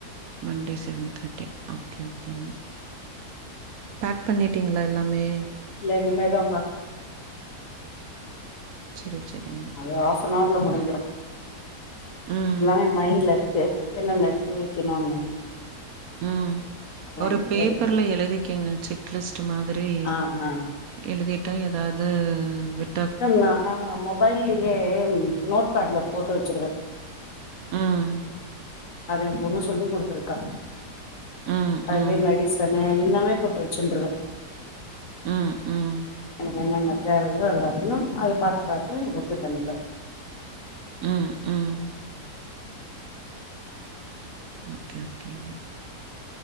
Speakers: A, on the right (about 70°); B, on the left (about 55°).
A: மண்டே செவன் தட்டி ஓகே ஓகேங்க பாக் பண்ணிட்டீங்ளா எல்லாமே
B: இல்ல இனிமே தாம்ப்பா
A: செரி செரிங்க
B: ஏ ஹாஃபன் ஹார்ல முடிஞ்சிரு
A: ம்,
B: எல்லாமே மைண்ட்ல இருக்கு என்னென்ன எடுத்து வெக்கணுனு
A: ம் ஒரு
B: மட்டு
A: பேப்பர்ல
B: எடுத்து
A: எழுதி க்கேங்க செக் லிஸ்ட்டு மாதிரி
B: ஆ ஆ
A: எழுதிட்டா ஏதாது வெட்
B: அன்னா ஆமா மொபைல்லியே நோட்பாட்ல போட்டு வச்சிடுவே
A: ம்,
B: அது எம் பொண்ணு சொல்லி் குடுத்துருக்கா
A: ம், ம்,
B: அய்லே மெடிசனு எல்லாமே பொட் ட்டு வச்சின்றுவே
A: ம் ம்
B: என்னென்ன தேவையோ எல்லாத்தையு அத பாத்து பாத்து ஓகே பண்ணிக்க
A: ம் ம் ஆகே ஓகேங்க